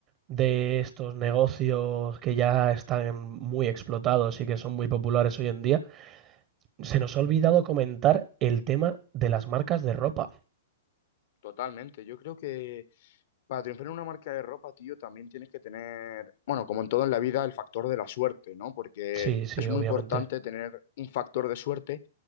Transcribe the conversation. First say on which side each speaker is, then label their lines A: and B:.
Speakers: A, on the right; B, on the left.
A: de estos negocios que ya están muy explotados y que son muy populares hoy en día, se nos ha olvidado comentar el tema de las marcas de ropa.
B: Totalmente, yo creo que Para triunfar en una marca de ropa, tío, también tienes que tener, bueno, como en todo en la vida, el factor de la suerte, ¿no? Porque
A: Sí, sí,
B: es
A: obviamente.
B: muy importante tener un factor de suerte,